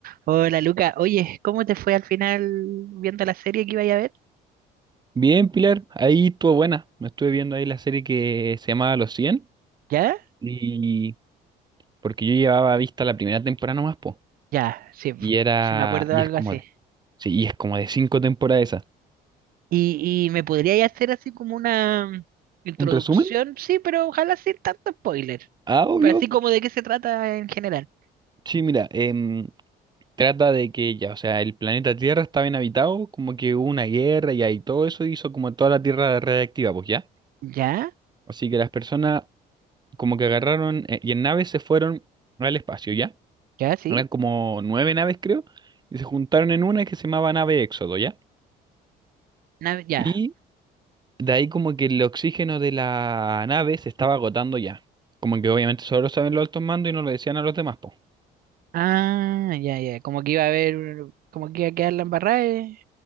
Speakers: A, on the right (about 60°); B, on the right (about 25°).
A: Hola Luca, oye, ¿cómo te fue al final viendo la serie que iba a ver?
B: Bien, Pilar, ahí estuvo buena. Me estuve viendo ahí la serie que se llamaba Los cien
A: ¿Ya?
B: y porque yo llevaba vista la primera temporada nomás, po.
A: Ya, sí, po,
B: Y era,
A: sí me acuerdo
B: y
A: de algo
B: es como
A: así.
B: de, sí, y es como de cinco temporadas esa.
A: ¿Y, y me podrías hacer así como una introducción?
B: ¿Un resumen?
A: Sí, pero ojalá sin tanto spoiler.
B: Ah, obvio.
A: Pero así como de qué se trata en general.
B: Sí, mira, em, trata de que ya, o sea, el planeta Tierra estaba inhabitado, como que hubo una guerra y ahí todo eso hizo como toda la Tierra radiactiva, pues ya.
A: ¿Ya?
B: Así que las personas como que agarraron eh, y en naves se fueron al espacio, ¿ya?
A: ¿Ya? ¿Sí?
B: Eran como nueve naves, creo, y se juntaron en una que se llamaba nave Éxodo, ¿ya?
A: Na- ya.
B: Y de ahí como que el oxígeno de la nave se estaba agotando ya. Como que obviamente solo lo saben los altos mandos y no lo decían a los demás, po.
A: Ah, ya, ya. Como que iba a haber, como que iba a quedar la embarrada. eh.